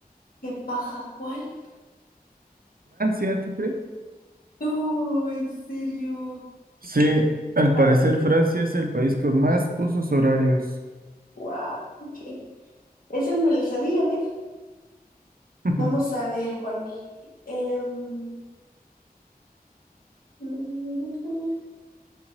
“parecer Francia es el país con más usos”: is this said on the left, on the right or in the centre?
Right